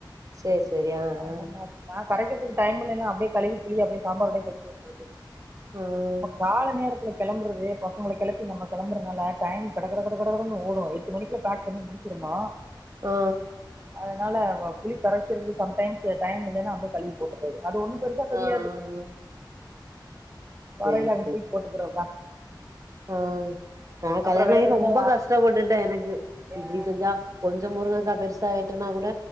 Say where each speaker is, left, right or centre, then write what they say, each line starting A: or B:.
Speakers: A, on the right; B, on the right.
A: சேரி சேரி ஆ ஆ
B: அந்த
A: ஆ
B: மாரி நா கரைக்குறதுக்கு டைம் இல்லேனு அப்டியே கழுவி புளிய அப்டியே சாம்பாரோடய கொதிக்க விட்றது
A: ஆ ஆ
B: நம காலநேர கெளம்புறது பசங்கள கெளப்பி நம்ம கிளம்பறதுனால டைம் கடகடகடகடனு ஓடு எட்டு மணிக்குல பேக் பண்ணி முடிச்சுருனு
A: ஆ
B: அதனால புளி கரைக்குறது சம்டைம்ஸ் டைம் இல்லன்னா அப்டியே கழுவி போட்டுறது அது ஒன்னு பெருசா தெரியாது
A: ஆ ஆ
B: வரயில
A: சரி
B: அங்க
A: சரி
B: தூக்கி போட்டுக்கிறத
A: ஆ நா கல்யாண
B: அப்புற வேற
A: ஆகி
B: எதுனா
A: ரொம்ப கஷ்டப்பட்டுட்டே எனக்கு
B: ஏ
A: இப்டி செஞ்சா கொஞ்ச முருங்கக்கா பெருசா வெட்டுனா கூட